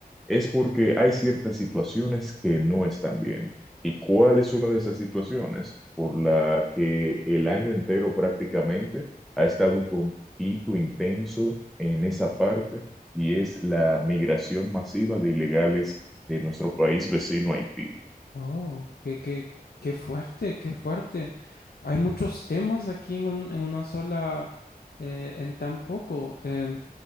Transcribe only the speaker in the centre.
es porque hay ciertas situaciones que no están bien. ¿Y cuál es una de esas situaciones por la que el año entero prácticamente ha estado un poquito intenso en esa parte y es la migración masiva de ilegales de nuestro país vecino Haití.